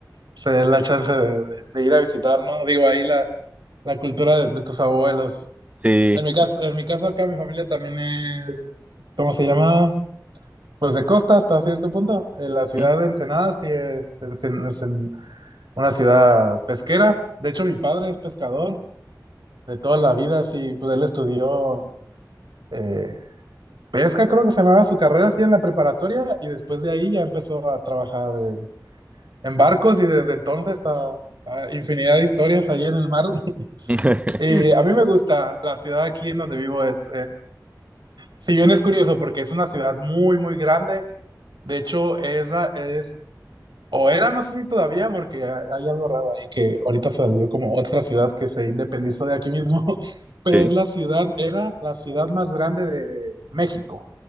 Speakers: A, on the right (about 80°); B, on the right (about 20°).
A: se dé la chance de, de- de ir a visitar, ¿no? Digo, ahí la, la cultura de, de tus abuelos.
B: sí.
A: En mi caso, en mi caso acá mi familia también es, ¿cómo se llama? Pues de costa hasta cierto punto. Eh, La ciudad
B: Ujú.
A: de Ensenada sí es, es en- es en una ciudad pesquera. De hecho, mi padre es pescador de toda la vida, sí, pues él estudió eh, pesca, creo que se llamaba su carrera así en la preparatoria y después de ahí ya empezó a trabajar en, en barcos y desde entonces a, a infinidad de historias ahí en el mar. <laughs>
B: <laughs>
A: Y a mí me gusta, la ciudad aquí en donde vivo es, Si bien es curioso porque es una ciudad muy, muy grande, de hecho es, la- es o era, no sé si todavía, porque ha- hay algo raro ahí que ahorita salió como otra ciudad que se independizó de aquí mismo, <laughs> pero
B: Sí.
A: es la ciudad, era la ciudad más grande de México,